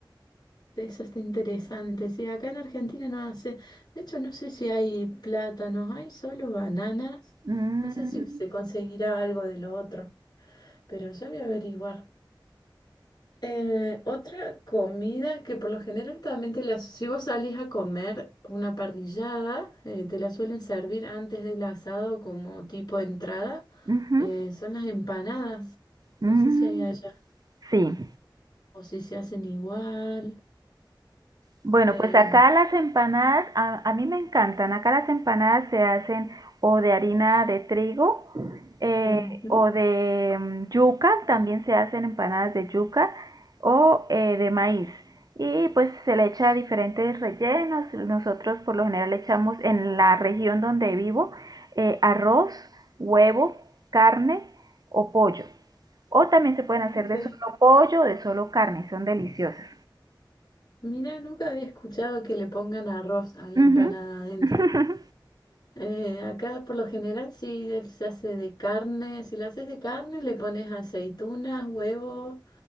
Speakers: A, on the left; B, on the right.
A: eso está interesante. Sí, acá en Argentina no hace, de hecho no sé si hay plátanos, hay solo bananas,
B: Mm,
A: no sé si se conseguirá algo de lo otro. Pero ya voy a averiguar. Eh, otra comida que por lo general también te la... Si vos salís a comer una parrillada, eh, te la suelen servir antes del asado como tipo de entrada,
B: ujú,
A: eh, son las empanadas.
B: mm,
A: No sé si hay allá
B: sí,
A: o si se hacen igual.
B: Bueno,
A: Em,
B: pues acá las empanadas, a, a mí me encantan. Acá las empanadas se hacen o de harina de trigo eh,
A: ujú,
B: o de mm, yuca, también se hacen empanadas de yuca o eh, de maíz. Y pues se le echa diferentes rellenos. Nosotros por lo general le echamos en la región donde vivo eh, arroz, huevo, carne o pollo. O también se pueden hacer
A: ok.
B: de solo pollo o de solo carne, son deliciosas.
A: Mira, nunca había escuchado que le pongan arroz a la
B: Ujú.
A: empanada adentro.
B: <laughs>
A: Eh, acá por lo general sí es- se hace de carne, si la haces de carne le pones aceitunas, huevo,